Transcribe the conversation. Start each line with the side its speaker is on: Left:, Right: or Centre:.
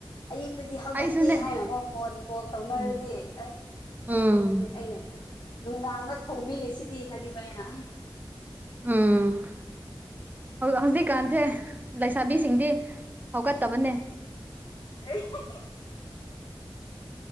Left: ꯑꯌꯨꯛꯇꯗꯤ ꯍꯧꯒꯠꯇꯦ
Right: ꯑꯩꯁꯨꯅꯦ
Left: ꯍꯥꯏꯅꯀꯣ ꯐꯣꯟ ꯀꯣꯜ ꯇꯧꯅꯔꯗꯤ
Right: ꯎꯝ
Left: ꯑꯁ
Right: ꯎꯝ
Left: ꯅꯣꯛꯅꯤꯡꯕꯗꯤ ꯑꯩꯅꯦ ꯅꯨꯡꯗꯥꯡꯗ ꯊꯣꯡꯕꯤꯔꯤ ꯁꯤꯗꯤ ꯍꯥꯏꯕꯤꯕ ꯑꯩꯅ
Right: ꯎꯝ ꯍꯧ ꯍꯧꯖꯤꯛꯀꯥꯟꯁꯦ ꯂꯩꯁꯥꯕꯤꯁꯤꯡꯗꯤ ꯍꯧꯒꯠꯇꯕꯅꯦ
Left: <unintelligible>